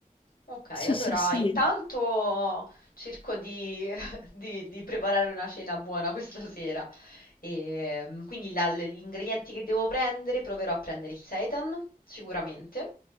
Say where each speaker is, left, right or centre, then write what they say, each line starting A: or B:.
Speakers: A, on the left (about 85°); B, on the left (about 35°).
A: ok, allora
B: Sì, sì, sì.
A: intanto cerco di <laughs> di di preparare una cena buona questa sera. E, mm, quindi la- le- gli ingredienti che devo prendere, proverò a prendere il seitan, sicuramente.